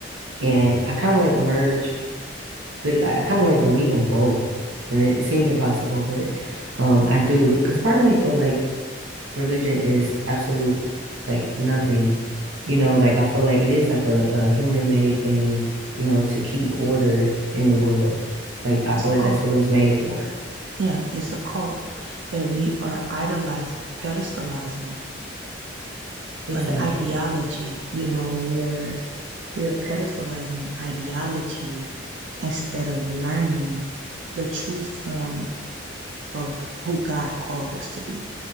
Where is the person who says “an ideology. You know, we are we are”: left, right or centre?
Right